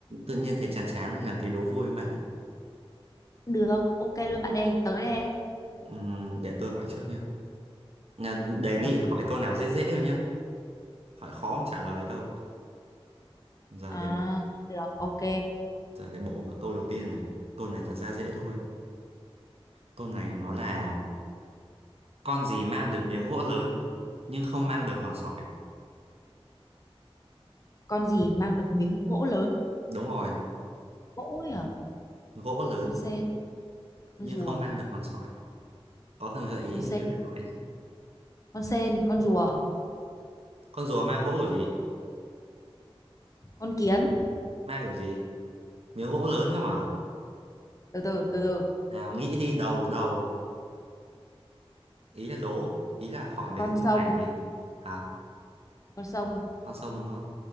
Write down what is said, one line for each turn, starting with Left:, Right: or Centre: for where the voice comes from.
Right: Tự nhiên thấy chán chán làm tí đố vui không bạn ơi.
Left: Được, ok luôn bạn ơi, tới đây.
Right: Ừm, để tôi hỏi trước nha. Nhà- đề
Left: Được,
Right: nghị là hỏi câu nào dễ dễ thôi nhá. Hỏi khó không trả lời đâu. Giờ
Left: à,
Right: để
Left: được, ok.
Right: giờ để bổ cả câu đầu tiên này. Câu này thật ra dễ thôi. Câu này nó là con gì mang được miếng gỗ lớn nhưng không mang được hòn sỏi.
Left: Con gì mang được miếng gỗ lớn?
Right: Đúng rồi,
Left: Gỗ nhỉ?
Right: gỗ lớn
Left: Con sên, con
Right: nhưng
Left: rùa,
Right: không mang được hòn sỏi. Có cần gợi ý
Left: con
Right: thì
Left: sên,
Right: nhớ phải hỏi nhé.
Left: con sên, con rùa,
Right: Con rùa mang gỗ kiểu gì?
Left: con kiến.
Right: Mang kiểu gì? Miếng gỗ lớn cơ mà.
Left: Từ từ, từ từ.
Right: Nào nghĩ đi đầu đầu. Ý là đố, ý là hỏi mấy
Left: Con
Right: cái câu
Left: sông,
Right: này thì hả?
Left: con sông.
Right: con sông đúng không